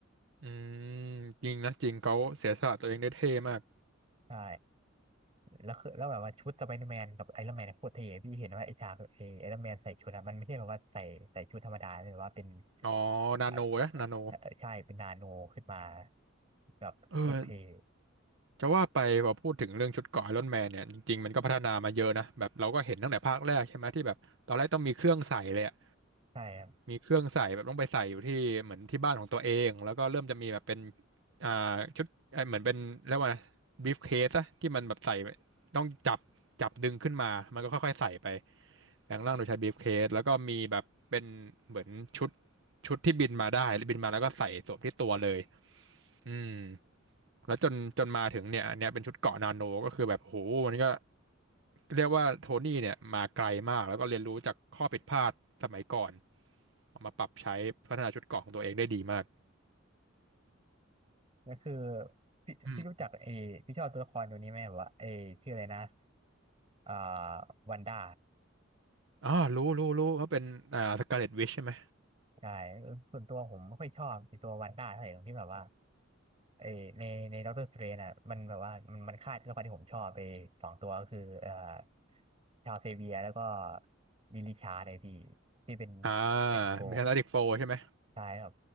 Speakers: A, on the right; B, on the right.
A: อืมจริงนะจริงเขาเสียสละตัวเองได้เท่มาก
B: ใช่แล้วคือแล้วแบบว่าชุดสไปเดอร์แมนกับไอรอนแมนโคตรเท่พี่เห็นว่าไอฉากไอไอรอนแมนใส่ชุดอะมันไม่ใช่แบบว่าใส่ใส่ชุดธรรมดาเลยว่าเป็น
A: อ๋อนาโนนะนาโน
B: อาจะใช่เป็นนาโนขึ้นมาแบบโหดเทว
A: เออ จะว่าไปพอพูดถึงเรื่องชุดเกราะไอรอนแมนเนี่ยจริงๆมันก็พัฒนามาเยอะนะแบบเราก็เห็นตั้งแต่ภาคแรกใช่ไหมที่แบบตอนแรกต้องมีเครื่องใส่เลยอะ
B: ใช่ครับ
A: มีเครื่องใส่แบบต้องไปใส่อยู่ที่เหมือนที่บ้านของตัวเองแล้วก็เริ่มจะมีแบบเป็นอ่าชุดเออเหมือนเป็นเรียกว่าบีฟเคสอะที่มันแบบใส่ต้องจับจับดึงขึ้นมามันก็ค่อยๆใส่ไปแปลงร่างโดยใช้บีฟเคสแล้วก็มีแบบเป็นเหมือนชุดชุดที่บินมาได้บินมาแล้วก็ใส่สวมที่ตัวเลยอืม แล้วจนจนมาถึงเนี่ยอันเนี้ยเป็นชุดเกราะนาโนก็คือแบบโหมันก็เรียกว่าโทนี่เนี่ยมาไกลมากแล้วก็เรียนรู้จากข้อผิดพลาดสมัยก่อนเอามาปรับใช้พัฒนาชุดเกราะของตัวเองได้ดีมาก
B: ก็คือพี่พี่รู้จักเอพี่ชอบตัวละครตัวนี้ไหมแบบว่าเอชื่ออะไรนะ
A: อืม
B: อ่าวันด้า
A: อ๋อรู้รู้รู้ว่าเป็นอ่าสกาเลตวิชใช่ไหม
B: ใช่ส่วนตัวผมไม่ค่อยชอบไอ้ตัววันด้าเท่าไหร่ตรงที่แบบว่าเอในในด็อกเตอร์สเตรนอ่ะมันแบบว่ามันมันฆ่าตัวละครที่ผมชอบไปสองตัวก็คือเอ่อชาวเซเวียแล้วก็ลิลิชาร์ดไอพี่ที่เป็น
A: อ่า
B: เลตโก
A: มีแฟนตาติกโฟใช่ไหม
B: ใช่ครับ